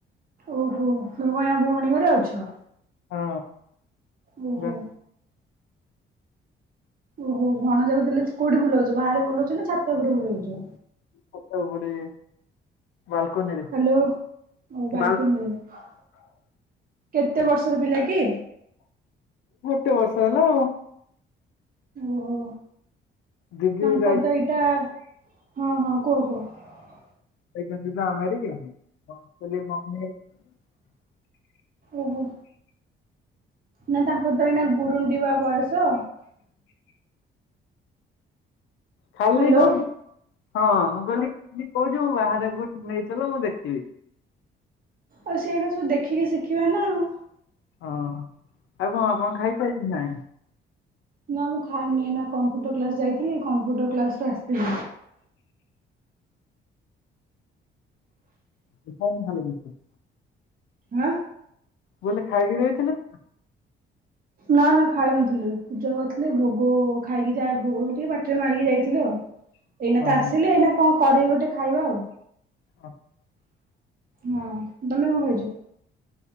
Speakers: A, on the right (about 45°); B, on the left (about 75°).
A: ଓହୋ ତୁମେ ଏଇନା ଭଉଣୀ ଘରେ ଅଛ?
B: ହଁ
A: ଓ
B: ବା-
A: ହୋ। ଓହୋ ଭଣଜା କୁ ତାହେଲେ କୋଉଁଠି ବୁଲଉଛ ବାହାରେ ବୁଲଉଛ ନା ଛାତ ଉପରେ ବୁଲଉଛ।
B: ଛାତ ଉପରେ। ବାଲକୋନିରେ
A: ହ୍ୟାଲୋ ମୁଁ ବାଲକୁନି
B: ବାଲ
A: ରେ। କେତେ ବର୍ଷର ପିଲା କି?
B: କେତେ ବର୍ଷ ହେଲା।
A: ଓହୋ
B: ଦିଦି
A: ତାଙ୍କର
B: ଯାଇ
A: ତ ଏଇଟା ହଁ ହଁ। କୁହ କୁହ?
B: ସେ ଏବେ ଯିବେ ଆମେରିକା <unintelligible>
A: ଓହୋ ନା ତାଙ୍କର ତ ଏଇନା ଗୁରୁଣ୍ଡିବା ବୟସ।
B: ଖାଲି
A: ହ୍ୟାଲୋ
B: କଉଚି ହଁ ମୁଁ କହିଲି ଖାଲି କହୁଛି ବାହାରକୁ ନେଇଚାଲ ମୁଁ ଦେଖିବି।
A: ଆଉ ସେଇଟା ସବୁ ଦେଖିକି ଶିଖିବା ନା ଆଉ।
B: ହଁ ଆଉ କଣ ଆପଣ ଖାଇ ସାଇଲେଣି ନା।
A: ନା ମୁଁ ଖାଇିନି ଏଇନା। କମ୍ପ୍ୟୁଟର କ୍ଲାସ ଯାଇଥିଲି କମ୍ପୁଟର କ୍ଲାସରୁ ଆସିଲି।
B: ଏଟା ଭଲ କିନ୍ତୁ
A: ଆଁ।
B: ବୋଲେ ଖାଇକି ଯାଇଥିଲେ ନା?
A: ନା ନା ଖାଇ ନଥିଲେ ପୂଜା କରିଥିଲେ ଭୋଗ ଖାଇକି ଯା ଭୋଗଟିକେ ବାଟିରେ ମାରିକି ଯାଇଥିଲୁ ଆଉ। ଏଇନା
B: ଓହୋ
A: ତ ଆସିଲେ ଏଇନା କଣ କରିକି ଗୋଟେ ଖାଇବା ଆଉ
B: ଅଁ
A: ହଁ ତମେ କଣ ଖାଇଚ?